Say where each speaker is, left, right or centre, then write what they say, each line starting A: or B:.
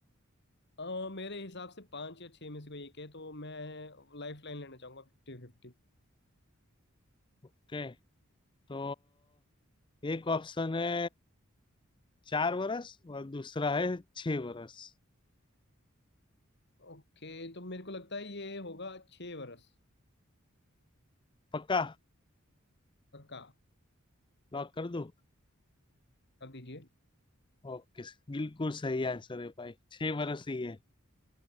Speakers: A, on the left; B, on the left.
A: अ, मेरे हिसाब से पांच या छह में से कोई एक है तो मैं लाइफ लाइन लेना चाहूंगा फिफ्टी फिफ्टी
B: ओके तो एक ऑप्शन है चार वर्ष और दूसरा है छह वर्ष
A: ओके तो मेरे को लगता है ये होगा छह वर्ष
B: पक्का
A: पक्का
B: लॉक कर दूं
A: कर दीजिए
B: ओके बिल्कुल सही आंसर है भाई छह वर्ष ही है